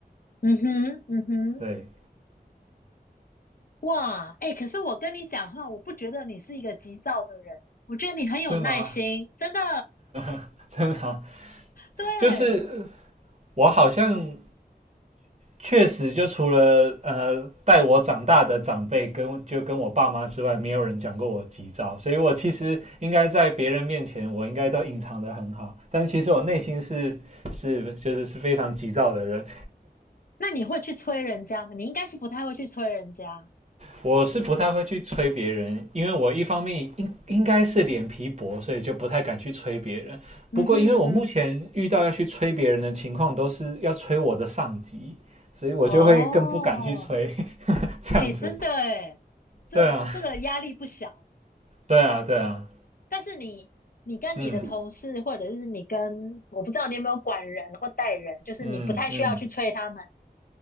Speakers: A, on the left (about 60°); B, on the right (about 45°).
A: 嗯哼，嗯哼，
B: 对，
A: 哇，哎，可是我跟你讲话，我不觉得你是一个急躁的人，我觉得你很有耐心，
B: 是吗？
A: 真的。
B: <laughs> 真的好，
A: 对，
B: 就是我好像确实，就除了呃带我长大的长辈跟就跟我爸妈之外，没有人讲过我急躁，所以我其实应该在别人面前，我应该都隐藏的很好，但其实我内心是是就是是非常急躁的人，
A: 那你会去催人家吗？你应该是不太会去催人家。
B: 我是不太会去催别人，因为我一方面应应该是脸皮薄，所以就不太敢去催别人。
A: 嗯哼嗯哼，
B: 不过因为我目前遇到要去催别人的情况，都是要催我的上级，所以我就会更不敢去催
A: 哦
B: 这样子。
A: 哎，真的哎，这这个压力不小。
B: 对啊，对啊，对啊，
A: 但是你，你跟你的同事，
B: 嗯
A: 或者是你跟，我不知道你有没有管人或带人，就是你不太需要去催他们。
B: 嗯嗯，